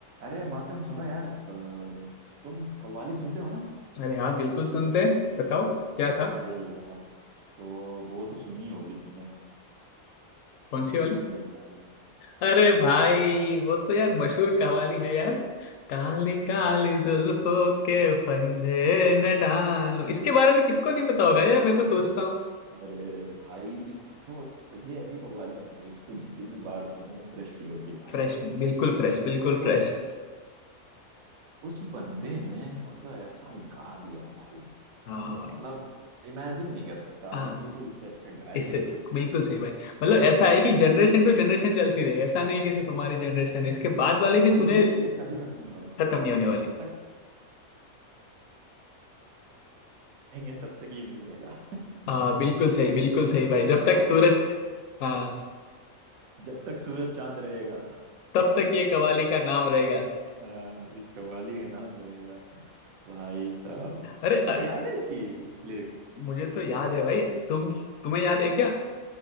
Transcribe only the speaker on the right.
अरे मातंग सुनो यार अ, तुम कव्वाली सुनते हो ना
अरे यार तो वो तो सुनी ही होगी तुमने
उनके
फंदे न डालो
अरे भाई इसको ये ऐसी कव्वाली है ना भाई इसको जितनी बार सुनो फ्रेश फील होती है भाई
मतलब
उस बंदे ने मतलब ऐसा गा दिया है भाई
मतलब इमेजिन नहीं कर सकता
आदमी कि कोई इससे अच्छा गाएगा
भाई
ये ये कभी खत्म नहीं होने वाला
जब
तक नहीं है तब तक ये म्यूजिक रहेगा
<laughs>
अ,
वैसे
तो
मतलब
जब तक सूरज चांद रहेगा
हाँ इस कव्वाली का नाम रहेगा भाई साहब
तुम्हें
याद है इसकी लिरिक्स